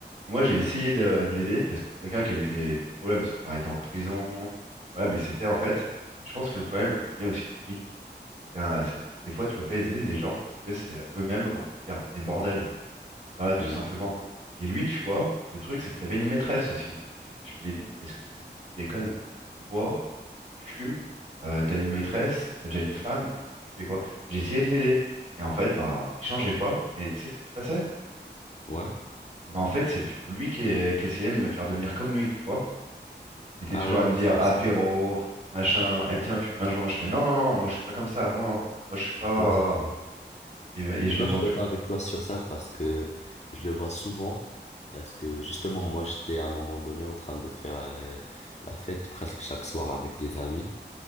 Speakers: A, on the right; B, on the left.
A: Et moi j'ai essayé de, de l'aider parce que c'est quelqu'un qui avait eu des, des problèmes, son frère était en prison, voilà, mais c'était en fait, je pense que le problème il venait aussi de lui. C'était un- c'est- des fois tu peux pas les aider les gens parce que c'est euh, eux-mêmes comment dire des bordels. Voilà, tout
B: Hmm.
A: simplement. Et lui, tu vois, le truc, c'est qu'il avait une maîtresse aussi. Je, je lui ai dit, qu'est-ce que, qu'est-ce que tu déconnes? Tu bois, tu fumes, euh, t'as une maîtresse, t'as déjà une femme, tu, tu fais quoi? J'ai essayé de l'aider. Et en fait, ben, il changeait pas. Mais tu sais ce qui se passait?
B: Ouais.
A: Et ben, en fait, c'est plutôt lui qui, qui essayait de me faire devenir comme lui, tu vois. Il était
B: Ah
A: toujours
B: ouais,
A: à
B: ouais,
A: me dire
B: c'est comme
A: apéro,
B: ça.
A: machin, eh tiens, fume un joint. Je fais non, non, non, moi je suis pas comme ça, non, non, moi je suis pas.
B: Ouais, c'est sûr.
A: Et, et je
B: Là,
A: le vois
B: je suis
A: plus.
B: d'accord avec toi sur ça parce que je le vois souvent. Parce que justement, moi, j'étais à un moment donné en train de faire euh, la fête presque chaque soir avec des amis.